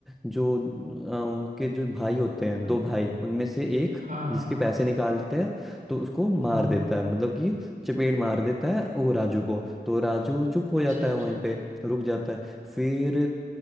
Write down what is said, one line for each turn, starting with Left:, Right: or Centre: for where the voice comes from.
Centre: जो अ, उनके जो भाई होते हैं
Right: अ-
Centre: दो भाई उनमें से एक
Right: हाँ
Centre: जिसके पैसे निकालते हैं तो उसको मार
Right: हम्म
Centre: देता
Right: हम्म,
Centre: है मतलब कि चपेट मार देता है वो राजू को तो राजू चुप हो
Right: अच्छा
Centre: जाता है
Right: अच्छा
Centre: वहीं पे रुक जाता है फिर